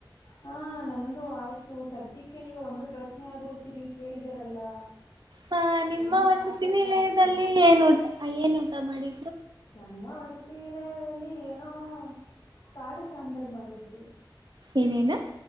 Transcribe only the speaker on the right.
ಹ ನಿಮ್ಮ
ವಸತಿನಿಲದಲ್ಲಿ
ಏನು ಉಟ ಏನು ಉಂಟಾ ಮಾಡಿ
ಏನೇನ